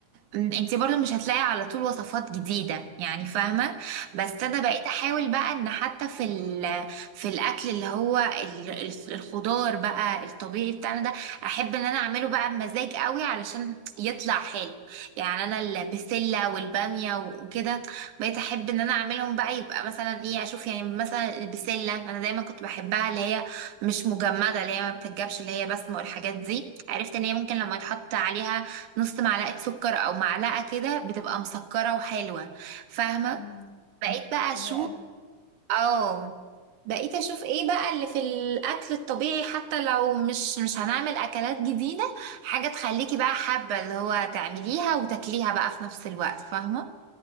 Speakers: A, on the right; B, on the left.
A: م- انتي برضو مش هتلاقي على طول وصفات جديدة يعني فاهمة بس
B: <laughs>
A: انا بقيت احاول بقى ان حتى في ال في الاكل اللي هو ال- ال- الخضار بقى الطبيعي بتاعنا ده احب ان انا اعمله بقى بمزاج قوي علشان يطلع حلو يعني انا البسلة والبامية وكده بقيت احب ان انا اعملهم بقى يبقى مثلا ايه اشوف يعني مثلا البسلة انا دايما كنت بحبها اللي هي مش مجمدة اللي هي ما بتتجابش اللي هي بسمة والحاجات دي عرفت ان هي ممكن لما يتحط عليها نص معلقة سكر او معلقة كده بتبقى مسكرة وحلوة فاهمة
B: مم.
A: بقيت بقى اشوف
B: حلوة قوي
A: اه بقيت اشوف ايه بقى اللي في الاكل الطبيعي حتى لو مش مش هنعمل اكلات جديدة حاجة تخليكي بقى حابة اللي هو تعمليها وتاكليها بقى في نفس الوقت فاهمة